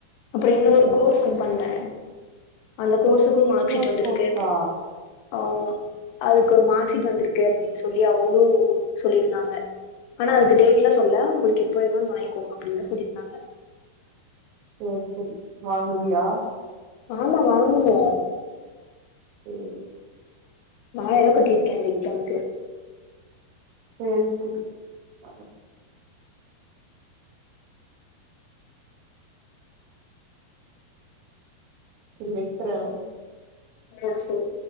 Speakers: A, on the left; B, on the right.
A: அப்டி இன்னோரு
B: சேரி
A: கோர்ஸ்
B: சேரி
A: ஒன் பண்ணே அந்து கோர்ஸுக்கும் மார்ஷீட்
B: இன்னொரு
A: வந்துருக்கு
B: கோர்ஸா
A: ஆமா அதுக்கு ஒரு மார்க்ஷீட் வந்துருக்கு அப்டின் சொல்லி அவுங்ளு சொல்லிருந்தாங்க ஆனா அதுக்கு டேட்லா சொல்ல உங்ளுக்கு எப்ப வேணுமோ வந்து வாங்கி க்கோங்க அப்டின்தா சொல்லிருந்தாங்க
B: சேர் செரி வாங்குவியா
A: ஆமா வாங்குவோ
B: சேரி
A: நாலாயருவா கட்டிருக்கே அந்த எக்ஸாம்க்கு
B: சேர் செரி ஆ செரி வெக்றே
A: ஆ சேரி